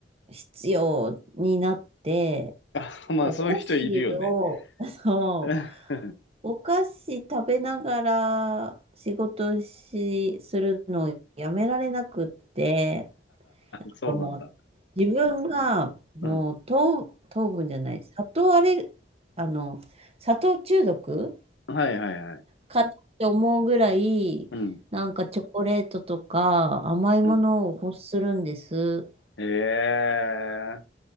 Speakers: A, on the right (about 35°); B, on the left (about 75°).
A: 必要になって、
B: <laughs> あ、まあそういう人いるよね。
A: お菓子を、<laughs> そう
B: <laughs>
A: お菓子食べながら仕事し、するのをやめられなくって、
B: そうなんだ。
A: もう自分がもう糖、
B: うん。
A: 糖分じゃない、砂糖アレル、あの、砂糖中毒
B: はいはいはい。
A: かなって思うぐらい、
B: うん。
A: なんかチョコレートとか甘いものを欲するんです。
B: うん。ええ